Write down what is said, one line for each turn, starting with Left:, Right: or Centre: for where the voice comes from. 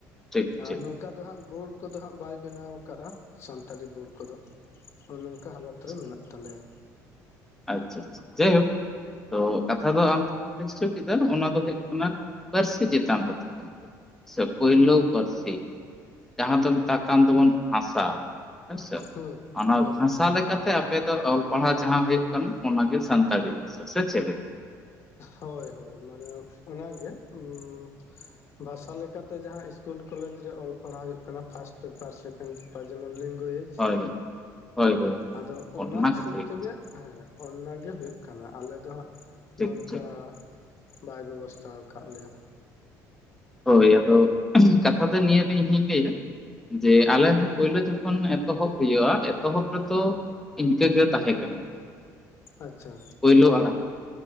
Centre: ᱴᱷᱤᱠ
Left: ᱟᱨ
Centre: ᱴᱷᱤᱠ
Left: ᱱᱚᱝ ᱚᱱᱠᱟ ᱫᱚ ᱦᱟᱸᱜ ᱵᱳᱲ ᱠᱚᱫᱚ ᱦᱟᱸᱜ ᱵᱟᱭ ᱵᱮᱱᱟᱣ ᱟᱠᱟᱫ-ᱟ, ᱥᱟᱱᱛᱟᱲᱤ ᱵᱳᱲ ᱠᱚᱫᱚ ᱚᱱᱮ ᱚᱱᱠᱟ ᱦᱟᱞᱚᱛ ᱨᱮ
Centre: ᱴᱷᱤᱠ
Left: ᱢᱮᱱᱟᱜ ᱛᱟᱞᱮᱭᱟ
Centre: ᱟᱪᱪᱷᱟ ᱟᱪᱪᱷᱟ ᱡᱟᱭᱦᱳᱠ ᱛᱚ ᱠᱟᱛᱷᱟ ᱫᱚ ᱟᱢ ᱡᱟᱦᱟᱢ ᱞᱟᱹᱭ ᱦᱚᱪᱚ <unintelligible> ᱚᱱᱟ ᱫᱚ ᱦᱩᱭᱩᱜ ᱠᱟᱱᱟ ᱯᱟᱹᱨᱥᱤ ᱪᱮᱛᱟᱱ ᱠᱟᱛᱷᱟ ᱥᱮ ᱯᱳᱭᱞᱳ ᱯᱟᱹᱨᱥᱤ ᱡᱟᱦᱟ ᱫᱚ ᱢᱮᱛᱟᱜ ᱠᱟᱱ ᱛᱟᱵᱚᱱ ᱵᱷᱟᱥᱟ ᱦᱳᱭ ᱥᱮ
Left: ᱦᱳᱭ
Centre: ᱚᱱᱟ
Left: ᱦᱳᱭ
Centre: ᱵᱷᱟᱥᱟ ᱞᱮᱠᱟᱛᱮ ᱟᱯᱮ ᱫᱚ ᱚᱞ ᱯᱟᱲᱦᱟᱣ ᱡᱟᱦᱟᱸ ᱦᱩᱭᱩᱜ ᱠᱟᱱᱟ ᱚᱱᱟᱜᱮ ᱥᱟᱱᱛᱟᱲᱤ ᱵᱷᱟᱥᱟ ᱥᱮ ᱪᱮᱫ ᱞᱮᱠᱟ
Left: ᱦᱳᱭ ᱦᱳᱭ ᱢᱟᱱᱮ ᱚᱱᱟᱜᱮ ᱩᱢᱻ ᱵᱷᱟᱥᱟ ᱞᱮᱠᱟ ᱛᱮ ᱡᱟᱦᱟ ᱤᱥᱠᱩᱞ ᱠᱚᱞᱮᱡ ᱨᱮ ᱚᱞ ᱯᱟᱲᱦᱟᱣ ᱦᱩᱭᱩᱜ ᱠᱟᱱᱟ ᱯᱷᱟᱥᱴ ᱯᱮᱯᱟᱨ ᱥᱮᱠᱮᱱᱰ ᱯᱮᱯᱟᱨ ᱡᱮᱢᱚᱱ ᱞᱤᱝᱜᱩᱭᱤᱡ
Centre: ᱦᱳᱭ, ᱦᱳᱭ ᱦᱳᱭ
Left: ᱟᱫᱚ ᱚᱱᱟ ᱦᱤᱥᱟᱹᱵ
Centre: ᱠᱟᱛᱷᱟ ᱜᱮ
Left: ᱛᱮᱜᱮ ᱦᱮᱸ ᱚᱱᱟ ᱜᱮ ᱦᱩᱭᱩᱜ ᱠᱟᱱᱟ ᱟᱞᱮ ᱫᱚ ᱦᱟᱸᱜ
Centre: ᱴᱷᱤᱠ
Left: ᱱᱚᱝᱠᱟ
Centre: ᱴᱷᱤᱠ
Left: ᱵᱟᱭ ᱵᱮᱵᱚᱥᱛᱟ ᱟᱠᱟᱜ ᱞᱮᱭᱟ
Centre: ᱦᱳᱭ ᱟᱫᱚ ᱠᱟᱛᱷᱟ ᱫᱚ ᱱᱤᱭᱟᱹ ᱫᱚ ᱤᱧ ᱦᱚᱧ ᱞᱟᱹᱭᱟ, ᱡᱮ ᱟᱞᱮ ᱫᱚ ᱯᱳᱭᱞᱳ ᱡᱚᱠᱷᱚᱱ ᱮᱛᱚᱦᱚᱵ ᱦᱩᱭᱩᱜᱼᱟ ᱮᱛᱚᱦᱚᱵ ᱨᱮᱫᱚ ᱤᱱᱠᱟᱹ ᱜᱮ ᱛᱟᱦᱮᱸ ᱠᱟᱱᱟ
Left: ᱟᱪᱪᱷᱟ
Centre: ᱯᱳᱭᱞᱳ ᱟᱲᱟᱜ